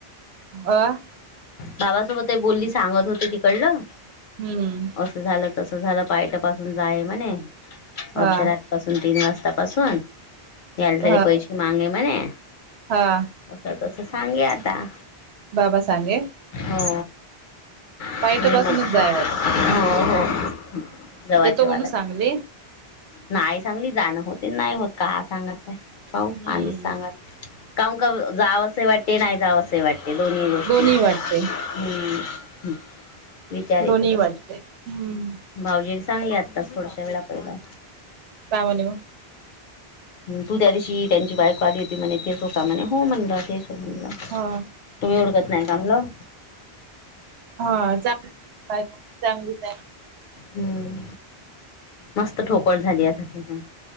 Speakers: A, on the right; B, on the left.
A: अ
B: बाबा सोबत बोलली सांगत होती तिकडलं,
A: हम्म
B: अस झालं तस झालं पाय तपासून जाय म्हणे
A: हा
B: अर्धरा पासून तीन वाजता पासून यालेले
A: हा
B: पैसे मागे म्हणे,
A: हा
B: असं तस सांगे आता.
A: बाबा सांगे?
B: हो मी
A: पाहिथपासूनच
B: मग
A: जाय वाट
B: हो हो जवा जेवायला
A: म्हणून
B: <unintelligible>
A: सांगली
B: नाही सांगली जाणं होते नाही होत का सांगायचंय पाऊ
A: हम्म
B: आधीच सांगात का का जावसे वाटे नाही जावसे वा हे दोन्ही गोष्टी
A: दोन्ही वाटते
B: हम्म विचार येते
A: दोन्ही
B: कस
A: वाटते हम्म
B: भाऊजीला सांगली आताच थोडश्या वेळा पहिला.
A: का म्हले म?
B: तू त्या दिवशी त्यांची बायको आली होती म्हणे तेच हो का म्हणे हो म्हणलं तेच हो म्हणलं.
A: हा
B: तुम्ही ओळखत नाही का म्हणल,
A: हा चांगली बायको चांगलीच आहे.
B: हम्म मस्त ठोकळ झाली आता ती पण,